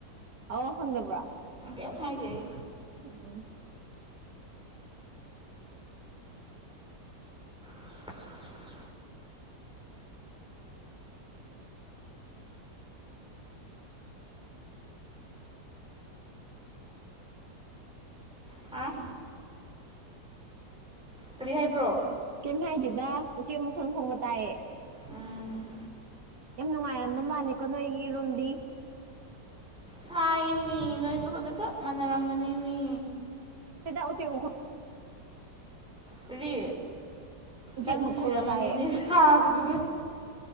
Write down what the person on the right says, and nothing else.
ꯑꯥꯎ ꯍꯪꯗꯕ꯭ꯔꯣ
ꯎꯝ
ꯀꯩꯏꯝ ꯍꯥꯏꯗꯦꯗ ꯎꯆꯦꯛ ꯃꯈꯣꯡ ꯈꯣꯡꯕ ꯇꯥꯏꯌꯦ
ꯌꯥꯝ ꯅꯨꯡꯉꯥꯏꯔꯝꯕ ꯃꯥꯜꯂꯤꯀꯣ ꯅꯣꯏꯒꯤ ꯔꯨꯝꯗꯤ
ꯅꯣꯏꯗ ꯎꯆꯦꯛ ꯃꯈꯣꯜ
ꯎꯆꯦꯛ
ꯃꯈꯣꯜꯒ
ꯇꯥꯏꯌꯦ